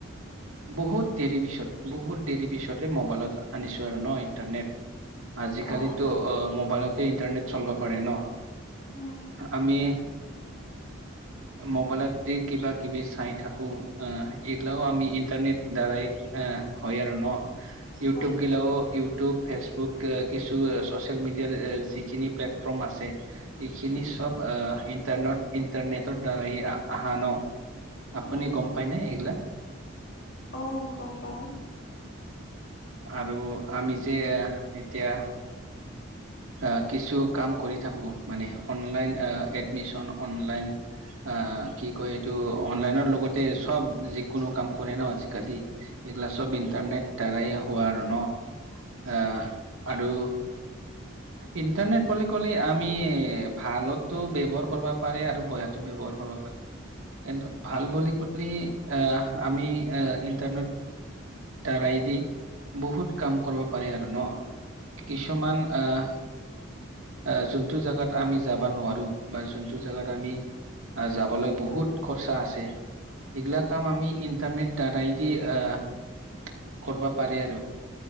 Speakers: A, on the right (about 80°); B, on the left (about 60°).
A: বহুত দেৰি পিছত বহুত দেৰি পিছতে মোবাইলত আনিছো আৰু ন ইণ্টাৰনেট। আজিকালিতো
B: অঁ
A: অ' মোবাইলত। তে ইণ্টাৰনেট চলিব পাৰে ন
B: উম,
A: আমি মোবাইলত দি কিবা কিবি চাই থাকো আহ এইবিলাকও আমি ইন্টাৰনেট দ্বাৰাই হ হয় আৰু ন ইউটিউব
B: হয়
A: গিলাও ইউটিউব। ফেচবুক কিছু চচিয়েল মিডিয়াৰ যিখিনি প্লেটফৰ্ম আছে। এইখিনি চব অহ ইণ্টাৰনেট ইণ্টাৰনেটৰ দ্বাৰায় আহা ন? আপুনি
B: অঁ
A: গম পায় ন এইগিলা?
B: অঁ গম পাওঁ।
A: আৰু আমি যে এতিয়া অহ কিছু কাম কৰি থাকো মানে অনলাইন অহ এডমিচন অনলাইন। অ' কি কয় এইটো অনলাইনৰ লগতে চব যিকোনো কাম কৰে ন আজিকালি। এইগিলা চব ইন্টাৰনেট দ্বাৰাই হোৱা ন অহ আৰু ইণ্টাৰনেট বুলি কলে আমি ভালতো ব্যৱহাৰ কৰিব পাৰে আৰু বেয়াতো ব্যৱহাৰ কৰিব পাৰে। কিন্তু ভাল বুলি কলি আহ আমি ইণ্টাৰনেট দাৰাইদি বহুত কাম কৰিব পাৰি আৰু ন কিছুমান অ'। আহ যোনটো জাগাত আমি যাব নোৱাৰো বা যোনটো জাগাত আমি আহ যাবলৈ বহুত খৰচা আছে। এইগিলা কাম আমি ইন্টাৰনেট দ্বাৰাইদি অ' কৰিব পাৰে আৰু